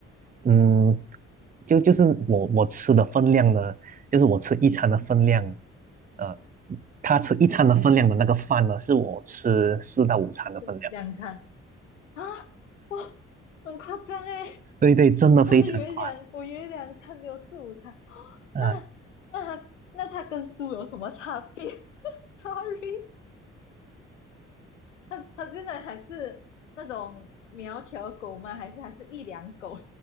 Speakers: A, on the right; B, on the left.
A: 嗯，就就是我我吃的分量呢，就是我吃一餐的分量，呃，它吃一餐的分量的那个饭呢，是我吃四到五餐的分量。
B: 吃两餐啊，哇，很夸张哎，
A: 对对，真的非常宽，
B: 我还以为两我以为两餐只有四五餐，
A: 张。
B: 那
A: 呃
B: 那它那它跟猪有什么差别 <laughs>？Sorry，他他真的还是那种苗条狗吗？还是还是一两狗